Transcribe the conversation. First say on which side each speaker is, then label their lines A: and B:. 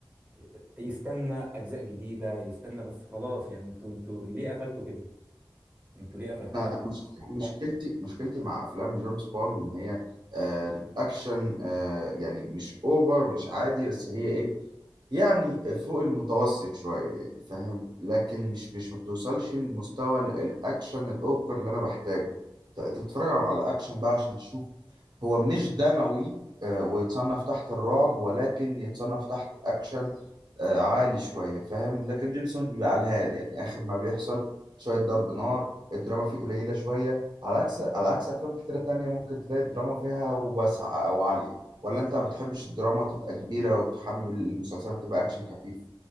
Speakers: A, on the right; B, on the right.
A: ي- يستنى اجزاء جديده يستنى بس خلاص يعني انتوا انتوا ليه قفلتوا كده انتوا ليه قفلتوها
B: انا
A: كده
B: مش- مشكلتي مشكلتي مع افلام جيمس بوند ان هي آم، اكشن آه، يعني مش اوفر ومش عادي بس هي ايه يعني فوق المتوسط شويه فاهم لكن مش مش ما بتوصلش لمستوى ال- الاكشن الاوفر اللي انا بحتاجه ت- تتفرج على على الاكشن بقى عشان تشوف هو مش دموي آه، ويتصنف تحت الرعب ولكن يتصنف تحت اكشن آه، عالي شويه فاهم لكن جيمس بوند بيبقى على الهادي يعني اخر ما بيحصل شويه ضرب نار الدراما فيه قليلة شوية على عكس على عكس أفلام كتيرة تانية ممكن تلاقي الدراما فيها واسعة أو عالية ولا أنت ما بتحبش الدراما تبقى كبيرة وتحبب المسلسلات تبقى أكشن خفيف